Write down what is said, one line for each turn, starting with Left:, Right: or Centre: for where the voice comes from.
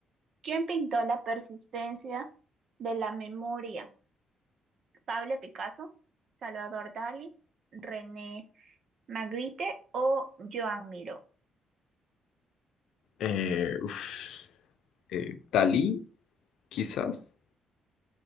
Right: ¿Quién pintó la persistencia de la memoria? ¿Pablo Picasso, Salvador Dalí, René Magritte o Joan Miró?
Left: Eh, uf, eh, Dalí, quizás.